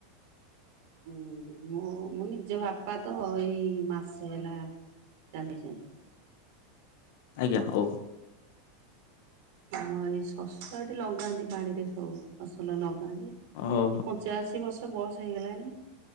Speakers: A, on the right; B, on the left.
A: ଉ ମୋ, ମୋ ନିଜ ବାପା ତ ଏଇ ମାସେ ହେଲା ଚାଲିଯାଇଛନ୍ତି।
B: ଆଜ୍ଞା, ଓ ହୋ।
A: ଆମ ଏଇ ଶଶୁର ଏଠି ଲଗାନ୍ତି ବାଡିରେ ସବୁ, ଫସଲ ଲଗାନ୍ତି। ଏ
B: ଓହୋ
A: ପଞ୍ଚାଅଶୀ ବର୍ଷ ବୟସ ହେଇଗଲାଣି